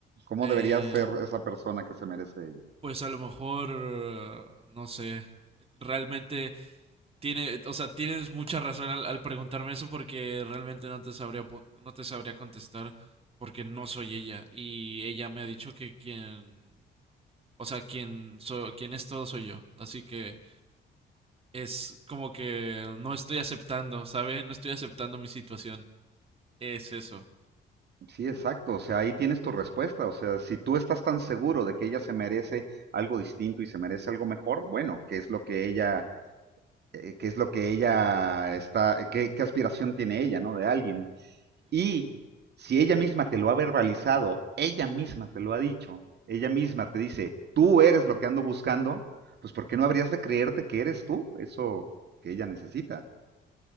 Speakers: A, on the right; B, on the right.
A: ¿Cómo
B: Eh,
A: debería ser esa persona que se merece ella?
B: pues a lo mejor, no sé, realmente... Tiene, o sea, tienes mucha razón al, al preguntarme eso porque realmente no te sabría, po- no te sabría contestar porque no soy ella y ella me ha dicho que quien, o sea, quien, so- quien es todo soy yo. Así que es como que no estoy aceptando, ¿sabe? No estoy aceptando mi situación. Es eso.
A: Sí, exacto. O sea, ahí tienes tu respuesta. O sea, si tú estás tan seguro de que ella se merece algo distinto y se merece algo mejor, bueno, ¿qué es lo que ella eh, qué es lo que ella está, qué, qué aspiración tiene ella, ¿no? De alguien.
B: Sí.
A: Y si ella misma te lo ha verbalizado, ella misma te lo ha dicho, ella misma te dice, tú eres lo que ando buscando, pues ¿por qué no habrías de creerte que eres tú? Eso que ella necesita,